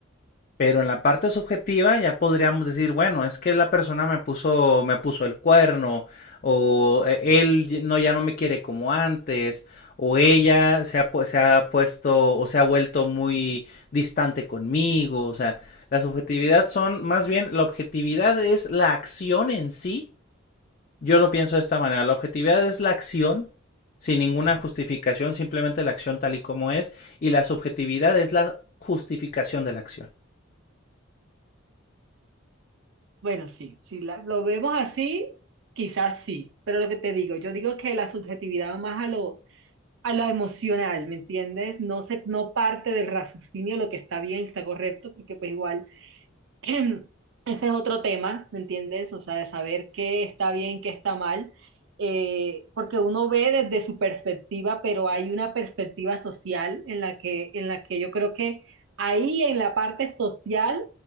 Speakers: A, on the left; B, on the right.
A: Pero en la parte subjetiva ya podríamos decir, bueno, es que la persona me puso, me puso el cuerno, o eh, él y- no, ya no me quiere como antes, o ella se ha, pu- se ha puesto o se ha vuelto muy distante conmigo. O sea, la subjetividad son, más bien, la objetividad es la acción en sí. Yo lo pienso de esta manera. La objetividad es la acción sin ninguna justificación, simplemente la acción tal y como es, y la subjetividad es la justificación de la acción.
B: Bueno, sí, si la- lo vemos así, quizás sí, pero lo que te digo, yo digo que la subjetividad va más a lo, a lo emocional, ¿me entiendes? No se, no parte del raciocinio lo que está bien, está correcto, porque pues igual <clears throat> ese es otro tema, ¿me entiendes? O sea, de saber qué está bien, qué está mal, eh, porque uno ve desde su perspectiva, pero hay una perspectiva social en la que, en la que yo creo que ahí en la parte social